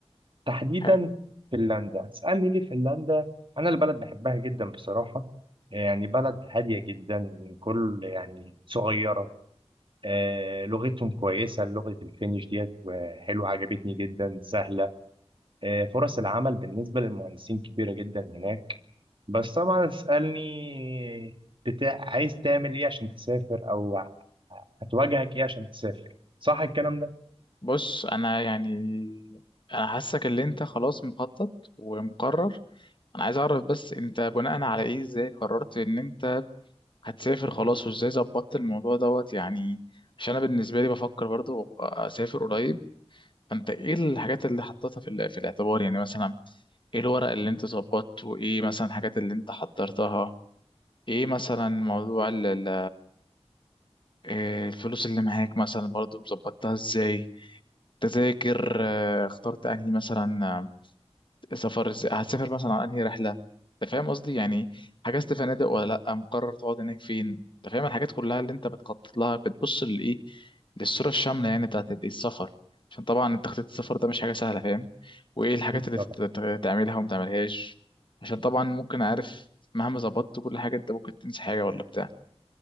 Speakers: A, on the right; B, on the left.
A: تحديدا
B: حلو
A: فنلندا اسألني ليه فنلندا أنا البلد بحبها جدا بصراحة يعني بلد هادية جدا كل يعني صغيرة آه لغتهم كويسة لغة الفينيش ديت آه، حلوة عجبتني جدا سهلة آه فرص العمل بالنسبة للمهندسين كبيرة جدا هناك بس طبعا اسألني بتاع عايز تعمل ايه عشان تسافر او هتواجهك ايه عشان تسافر صح الكلام ده؟
B: بص انا يعني انا حاسك ان انت خلاص مخطط ومقرر انا عايز اعرف بس انت بناء على ايه ازاي قررت ان انت هتسافر خلاص وازاي ظبطت الموضوع دوت يعني عشان انا بالنسبة لي بفكر برضو اسافر قريب فانت ايه الحاجات اللي حطيتها في ال- في الاعتبار يعني مثلا ايه الورق اللي انت ظبطته ايه مثلا الحاجات اللي انت حضرتها ايه مثلا موضوع ال- ال- إيه الفلوس اللي معاك مثلا برضو مظبطتها ازاي تذاكر آه، اخترت انهي مثلا سفر إز- هتسافر مثلا على انهي رحله انت فاهم قصدي يعني حجزت فنادق ولا لا مقرر تقعد هناك فين انت فاهم الحاجات كلها اللي انت بتخطط لها بتبص للايه للصوره الشامله يعني بتاعت الإيه؟ السفر عشان طبعا تخطيط السفر ده مش حاجه سهله فاهم وايه الحاجات
A: أكيد
B: اللي
A: طبعا
B: تت- تت- تعملها وما تعملهاش عشان طبعا ممكن عارف مهما ظبطت كل حاجه انت ممكن تنسى حاجه ولا بتاع